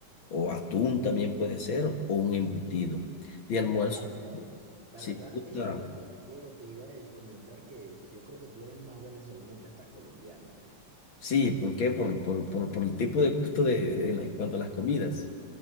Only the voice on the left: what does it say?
o atún también puede ser, o un embutido. De almuerzo,
sí
me gusta.
Sí, ¿por qué? Por, por, por, por el tipo de gusto de, en la- en cuanto a las comidas.